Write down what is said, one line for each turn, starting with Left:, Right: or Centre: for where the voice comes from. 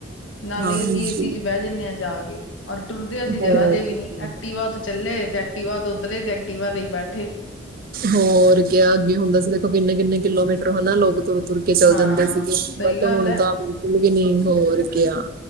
Left: ਨਾਲੇ
Right: ਹਾਂਜੀ
Left: ਈ ਅਸੀਂ ਏ ਸੀ 'ਚ ਬੈ ਜਾਂਨੇ ਆ ਜਾ ਕੇ। ਔਰ ਟੁਰਦੇ ਅਸੀ ਜਰਾ
Right: ਹੋਰ
Left: ਜੇ ਵੀ ਨੀ
Right: ਕਿਆ।
Left: ਐਕਟੀਵਾ ਤੋਂ ਚੱਲੇ 'ਤੇ ਐਕਟੀਵਾ ਤੋਂ ਉਤਰੇ 'ਤੇ ਐਕਟੀਵਾ 'ਤੇ ਈ ਬੈਠੇ।
Right: ਹੋਰ ਕੇਆ ਅੱਗੇ ਹੁੰਦਾ ਸੀ ਦੇਖੋ ਕਿੰਨੇ-ਕਿੰਨੇ ਕਿਲੋਮੀਟਰ ਹਨਾ ਲੋਕ ਤੁਰ-ਤੁਰ ਕੇ ਚੱਲ
Left: ਹਾਂ
Right: ਜਾਂਦੇ ਸੀਗੇ
Left: ਸਹੀ
Right: ਬਟ
Left: ਗੱਲ
Right: ਹੁਣ
Left: ਹੈ
Right: ਤਾਂ ਬਿਲਕੁੱਲ ਵੀ ਨੀ ਹੋਰ ਕਿਆ।